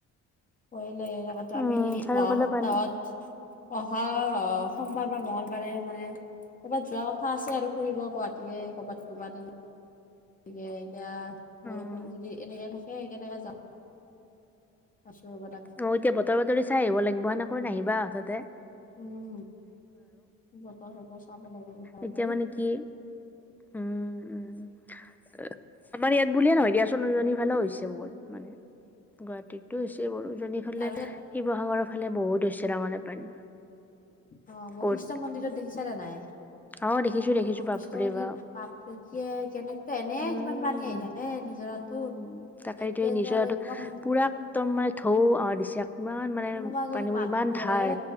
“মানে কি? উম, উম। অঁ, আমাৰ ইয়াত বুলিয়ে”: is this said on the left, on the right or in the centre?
Centre